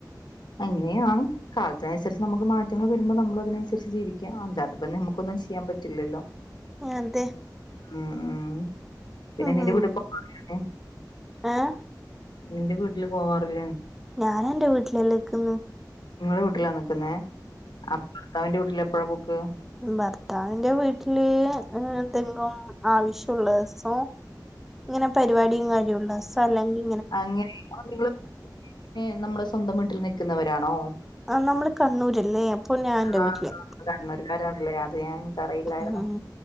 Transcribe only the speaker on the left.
അങ്ങനെയാണ് കാലത്തിനുസരിച്ച് നമുക്ക് മാറ്റങ്ങൾ വരുമ്പോൾ നമ്മൾ അതിനനുസരിച്ച് ജീവിക്കാം അല്ലാതിപ്പ നമുക്കൊന്നും ഒന്നും ചെയ്യാൻ പറ്റി റ്റില്ലല്ലോ
ഉം ഉം പിന്നെ
നിന്റെ വീടുപ്പ <unintelligible> എ
നിന്റെ വീട്ടില് പോവാറില്ലേ?
നിങ്ങളുടെ വീട്ടിലാ നിക്കുന്നേ അപ്പ ഭർത്താവിന്റെ വീട്ടിലെപ്പഴാ പൊക്ക്?
അങ്ങനെ അപ്പ നിങ്ങള് <unintelligible> നമ്മളെ സ്വന്തം വീട്ടിൽ നിക്കുന്നവരാണോ
ആ
കണ്ണൂർകാരണല്ലേ അത് ഞാൻ എനക്ക് അറിയില്ലായിരുന്നു